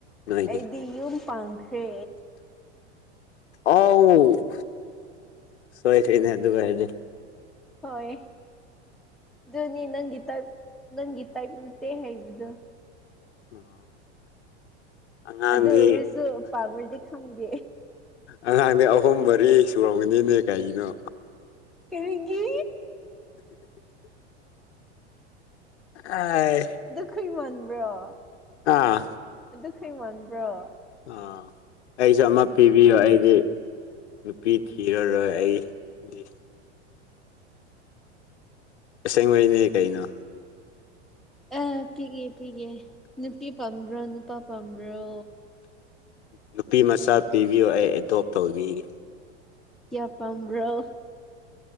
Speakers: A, on the left; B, in the centre.
A: ꯅꯣꯏꯗꯤ
B: ꯑꯩꯗꯤ ꯌꯨꯝ ꯄꯥꯡꯈ꯭ꯔꯦ
A: ꯑꯣ ꯁꯣꯏꯈꯔꯦꯅꯦ ꯑꯗꯨ ꯑꯣꯢꯔꯥꯗꯤ
B: ꯍꯣꯏ ꯑꯗꯨꯅꯤ ꯅꯪꯒꯤ ꯇꯥꯏꯞ ꯅꯪꯒꯤ ꯇꯥꯏꯞ ꯂꯨꯇꯦ ꯍꯥꯏꯕꯗꯣ
A: <inaudible> ꯑꯉꯥꯡꯗꯤ
B: ꯑꯗꯨ ꯑꯣꯏꯔꯁꯨ ꯄꯥꯝꯃ꯭ꯔꯗꯤ ꯈꯪꯗꯦ
A: ꯑꯉꯥꯡꯗꯤ ꯑꯍꯨꯝ ꯃꯔꯤ ꯁꯨꯔꯝꯒꯅꯤꯅꯦ ꯀꯩꯒꯤꯅꯣ
B: ꯀꯔꯤꯒꯤ
A: ꯑꯥꯢ
B: ꯈꯩꯃꯟꯕ꯭ꯔꯣ
A: ꯑꯥ
B: ꯑꯗꯨ ꯈꯩ ꯃꯥꯟꯕ꯭ꯔꯣ
A: ꯑꯥ ꯑꯩꯁꯨ ꯑꯃ ꯄꯤꯕꯤꯌꯣ ꯑꯩꯗꯤ ꯅꯨꯄꯤ ꯊꯤꯔꯔꯣꯏ ꯑꯩꯗꯤ ꯑꯁꯦꯡꯕꯩꯅꯦ ꯀꯩꯅꯣ
B: ꯑꯥ ꯄꯤꯒꯦ ꯄꯤꯒꯦ ꯅꯨꯄꯤ ꯄꯥꯝꯕ꯭ꯔꯣ ꯅꯨꯄꯥ ꯄꯥꯝꯕ꯭ꯔꯣ
A: ꯅꯨꯄꯤ ꯃꯆꯥ ꯄꯤꯕꯤꯌꯣ ꯑꯩ ꯑꯦꯗꯣꯞ ꯇꯧꯕꯤꯒꯦ
B: ꯀꯌꯥ ꯄꯥꯝꯕ꯭ꯔꯣ